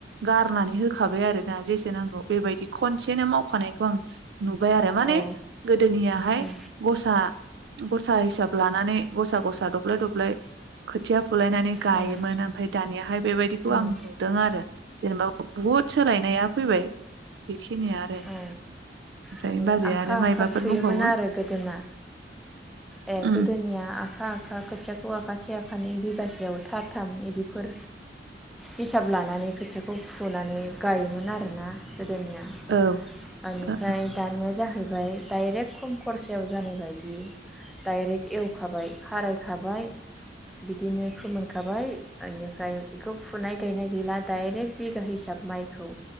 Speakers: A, on the right; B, in the centre.
A: गारनानै होखाबाय आरोना। जेसे नांगौ बेबायदि खनसेनो मावखानायखौ आं नुबाय आरो माने
B: औ
A: गोदोनिया ओमफाय
B: औ
A: गसा गसा हिसाब लानानै गसा गसा दब्लाय दब्लाय खोथिया फुलायनानै गायोमोन
B: उम
A: ओमफ्राय दानियाहाय बेबायदिखौ
B: उम
A: आं नुदों आरो। जेनेबा बुहुद सोलायनाया फैबाय बेखिनिया आरो ओमफ्राय
B: औ माने
A: बाजै
B: आखा
A: आरो माइबाफोर
B: आखा फुयोमोन
A: बुंबावो
B: आरो गोदोना ए
A: उम
B: गोदोनिया आखा आखा खोथिया खौ आखासे आखानै बिगासेयाव थार थाम इदिफोर हिसाब लानानै खोथियाखौ फुनानै गायोमोन आरोना गोदोनिया
A: औ
B: बेनिफ्राय
A: ओ
B: दानिया जाहै बाय डाइरेक्ट खम खरसायाव जानाय बादि डाइरेक्ट एवखाबाय खारायखाबाय बिदिनो फोमोनखाबाय बेनिफ्राय बेखौ फुनाय गायनाय गैला डाइरेक्ट बिगा हिसाब माइखौ